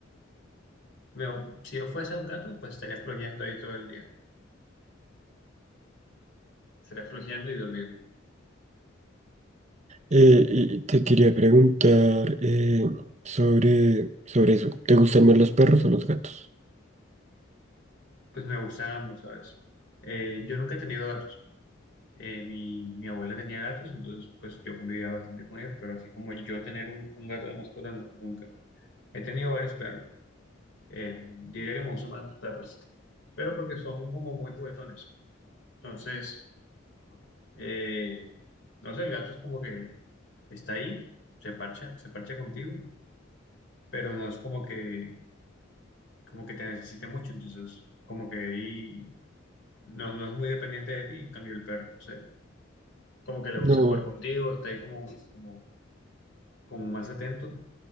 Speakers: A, on the left; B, on the right.
A: Me- si yo fuese un gato, pues estaría flojeando ahí todo el día. Estaría flojeando y durmiendo.
B: Eh, y te quería preguntar eh, sobre, sobre eso. ¿Te gustan más los perros o los gatos?
A: Pues me gustan ambos, ¿sabes? Eh, yo nunca he tenido gatos. Eh, mi, mi abuela tenía gatos, entonces pues yo convivía bastante con ellos, pero así como yo tener un, un gato de mascota, no, nunca. He tenido varios perros. Eh, diría que me gustan más los perros, pero porque son como muy juguetones. Entonces, eh, no sé, el gato es como que está ahí, se parcha, se parcha contigo, pero no es como que, como que te necesite mucho, entonces como que ahí no, no es muy dependiente de ti, en cambio el perro, no sé, como que le gusta
B: No,
A: jugar contigo, está ahí como, como, como más atento,